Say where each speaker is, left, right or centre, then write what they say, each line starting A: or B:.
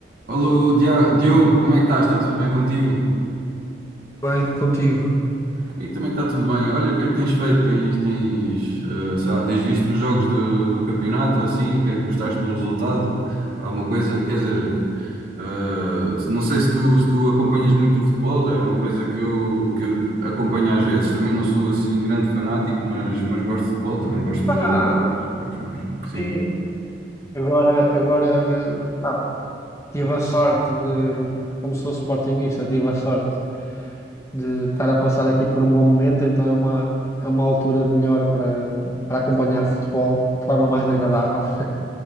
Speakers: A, on the right; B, on the left.
A: Alô, Dia- Diogo, como é que estás? Está tudo bem contigo?
B: bem contigo.
A: Comigo também está tudo bem. Olha, o que é que tens feito? Tens, tens, eh, sei lá, tens visto os jogos do, do campeonato ou assim? O que é que gostaste do resultado? Alguma coisa? Quer dizer, eh, se- não sei se tu, se tu acompanhas muito o futebol, é uma coisa que eu, que eu acompanho às vezes. Também não sou assim grande fanático, mas, mas gosto de futebol, também gosto
B: Ah,
A: de, de outros esportes, mas sim,
B: sim. Agora, agora, pá, tive a sorte de, como sou sportinguista, tive a sorte de estar a passar aqui por um bom momento, então é uma, é uma altura melhor para, para acompanhar futebol de forma mais agradável. <laughs>